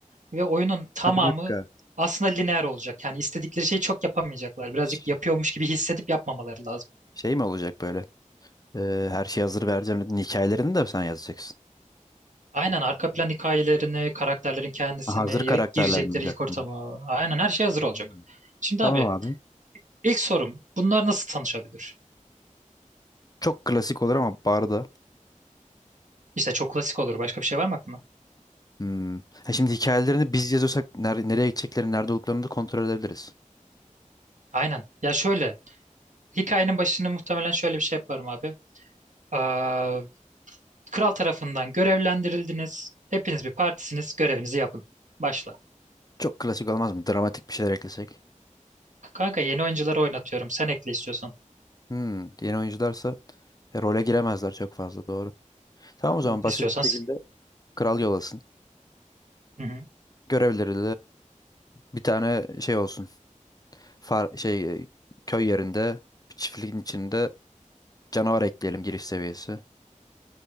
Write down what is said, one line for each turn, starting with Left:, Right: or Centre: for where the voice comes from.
Right: Ve oyunun tamamı
Left: Ha bir dakika.
Right: aslında lineer olacak. Yani istedikleri şeyi çok yapamayacaklar. Birazcık
Left: Ş-
Right: yapıyormuş gibi hissedip yapmamaları lazım.
Left: Şey mi olacak böyle? Ee, her şey hazır vereceğim dedin. Hikayelerini de sen yazacaksın.
Right: Aynen arka plan hikayelerini, karakterlerin kendisini,
Left: Ha, hazır karakterler
Right: ya- girecekleri
Left: mi olacak
Right: ilk ortamı.
Left: bunlar?
Right: Aynen her şey hazır olacak.
Left: Hmm.
Right: Şimdi
Left: Tamam
Right: abi
Left: abi.
Right: ilk sorum bunlar nasıl tanışabilir?
Left: Çok klasik olur ama barda.
Right: İşte çok klasik olur. Başka bir şey var mı aklında?
Left: Hmm. Ha, şimdi hikayelerini biz yazıyorsak ner- nereye gideceklerini, nerede olduklarını da kontrol edebiliriz.
Right: Aynen. Ya şöyle. Hikayenin başını muhtemelen şöyle bir şey yaparım abi. Aa, kral tarafından görevlendirildiniz. Hepiniz bir partisiniz. Görevinizi yapın. Başla.
Left: Çok klasik olmaz mı? Dramatik bir şeyler eklesek.
Right: Kanka yeni oyuncuları oynatıyorum. Sen ekle istiyorsan.
Left: Hmm. Yeni oyuncularsa e, role giremezler çok fazla doğru. Tamam o zaman
Right: Hı,
Left: basit
Right: İstiyorsan. sen.
Left: bir şekilde kral yol alsın.
Right: Hı hı.
Left: Görevleri bir tane şey olsun. Far, şey e, köy yerinde bir çiftliğin içinde canavar ekleyelim giriş seviyesi.